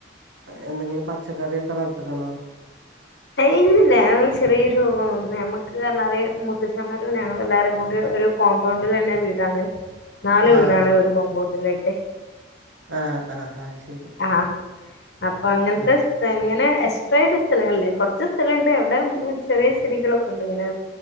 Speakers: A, on the right; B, on the left.
A: എന്തെങ്കിലും പച്ചക്കറിയൊക്കെ നട്ട്ക്ക്ണോ
B: ഇല്ലല്ല ഞങ്ങ ചെറിയൊരു നമ്മക്ക് പർഞ്ഞാല് മുത്തച്ചന്മാരും ഞങ്ങളൾ എല്ലാരും കൂടെ ഒരു കോമ്പൗണ്ടിലെന്നെ വീടാണ് നാല്
A: ആഹ്
B: വീടാണ്
A: ആഹ്
B: ഒരു കോമ്പൗണ്ടിലായിട്ട്
A: ആഹ് ആഹ് ആഹ് ശരി
B: ആഹ് അപ്പൊ അങ്ങനത്തെ
A: ആഹ്
B: ഇങ്ങനെ എക്സ്ട്ര ആയിട്ട് സ്ഥലങ്ങളില്ലേ കൊറച്ച് സ്ഥലണ്ട് എവിടെ ചെറിയ ചെടികളൊക്കെണ്ട് ങ്ങനെ